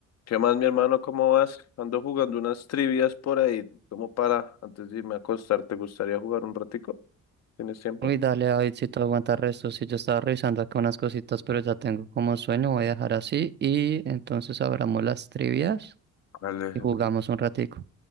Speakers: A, on the left (about 60°); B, on the right (about 35°).
A: ¿Qué más, mi hermano? ¿Cómo vas? Ando jugando unas trivias por ahí. ¿Cómo para? Antes de irme a acostar, ¿te gustaría jugar un ratico? ¿Tienes tiempo?
B: Uy, dale, David, si tú aguantas resto, si yo estaba revisando acá unas cositas, pero ya tengo como sueño, voy a dejar así y entonces abramos las trivias
A: Dale,
B: y jugamos un ratico.